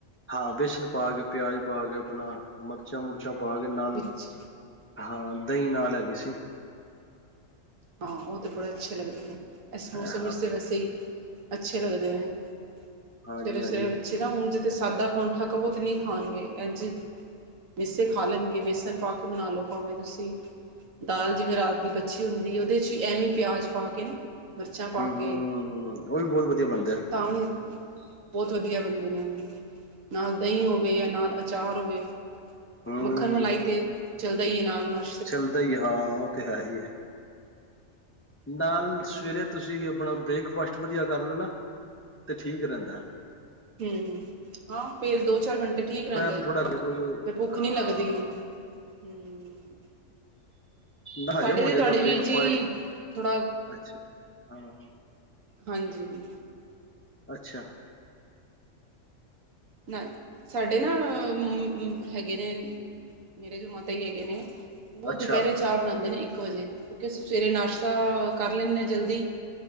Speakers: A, on the left; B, on the right.
A: ਹਾਂ, ਬੇਸਣ ਪਾ ਕੇ, ਪਿਆਜ ਪਾ ਕੇ, ਆਪਣਾ ਮਿਰਚਾਂ ਮੁੁਰਚਾਂ ਪਾ ਕੇ, ਨਲ
B: ਵਿੱਚ
A: ਹਾਂ, ਦਈਂ ਨਾਲ ਹੈਗੀ ਸੀ।
B: ਹਾਂ, ਓ ਤਾਂ ਬੜਾ ਅੱਛੇ ਲਗਦੇ ਨੇ, ਇਸ ਮੌਸਮ
A: ਹਾਂ
B: ਵਿੱਚ ਤਾਂ ਵੈਸੇ ਈ ਅੱਛੇ ਲੱਗਦੇ ਨੇ,
A: ਹਾਂਜੀ
B: ਸਵੇਰੇ-ਸਵੇਰੇ
A: ਹਾਂਜੀ ਹੂੰ
B: ਬੱਚੇ ਨਾ, ਊ ਜੇ ਸਾਦਾ ਪਰੌਂਠਾ ਕੋ ਨਈ ਖਾਨਗੇ, ਇਜ ਮੀਸੇ ਖਾ ਲੈਣਗੇ, ਬੇਸਣ ਪਾ ਕੇ ਬਨਾ ਲਓ, ਭਾਵੇਂ ਤੁਸੀਂ ਦਾਲ ਜਿਵੇਂ, ਰਾਤ ਦੀ ਬਚੀ ਹੁੰਦੀ ਵਿੱਚ ਐਵੇਂ ਪਿਆਜ਼ ਪਾ ਕੇ ਨਾ ਮਿਰਚਾਂ ਪਾ ਕੇ,
A: ਹੂੰ ਹੂੰ ਉਹ ਵੀ ਬਹੁਤ ਵਧੀਆ ਬਣਦਾ ਹੈ।
B: ਤਾਂ ਵੀ ਬਹੁਤ ਵਦੀਆ ਬਨਦੇਂ ਨੇ, ਓਵੀ ਨਾਲ ਦਹੀਂ ਹੋਵੇ ਜਾਂ ਨਾਲ ਆਚਾਰ ਹੋਵੇ
A: ਹੂੰ
B: ਮੱਖਣ-ਮਲਾਈ ਤੇ ਚੱਲਦਾ ਈਏ ਨਾਲ-ਨਾਲ
A: ਚੱਲਦਾ ਈ ਹਾਂ ਉਹ ਤੇ ਹੈ ਈ ਐ। ਨਾਲ
B: ਹਾਂਜੀ ਹਾਂਜੀ
A: ਸਵੇਰੇ ਤੁਸੀਂ ਆਪਣਾ ਬ੍ਰੇਕਫਾਸਟ ਵਧੀਆ ਕਰ ਲਓ ਨਾ ਤੇ ਠੀਕ ਰਹਿੰਦਾ।
B: ਹੂੰ-ਹਾਂ ਫੇਰ ਦੋ, ਚਾਰ ਗੰਟੇ ਠੀਕ
A: ਦੁਪਹਿਰ
B: ਰਹਿੰਦਾ ਐ।
A: ਥੋੜਾ ਕੋਈ
B: ਤੇ ਭੁੱਖ ਨੀ
A: ਹਾਂ
B: ਲੱਗਦੀ ਹੂੰ।
A: ਨਾ
B: ਸਾਡੇ
A: ਹਜ਼ਮ ਹੋ
B: ਤੇ
A: ਜਾਂਦਾ
B: ਤੁਹਾਡੇ ਵੀਰ
A: ਬ੍ਰੇਕਫਾਸਟ
B: ਜੀ ਥੋੜਾ
A: ਅੱਛਾ ਹਾਂ
B: ਹਾਂਜੀ।
A: ਅੱਛਾ।
B: ਨਾ ਸਾਡੇ ਨਾ- <unintelligible> ਹੈਗੇ ਨੇ ਮੇਰੇ ਜੋ ਮਾਤਾ ਹੀ ਹੈਗੇ ਨੇ, ਉਹ
A: ਅੱਛਾ
B: ਦੁਪਹਿਰੇ 'ਚ- ਚਾਹ ਬਣਾਦੇ ਨੇ ਇਕ ਵਜੇ ਕਿਉਕਿ ਅਸੀ ਸਵੇਰੇ ਨਾਸ਼ਤਾ ਕਰ ਲੈਨੇ ਆ ਜਲਦੀ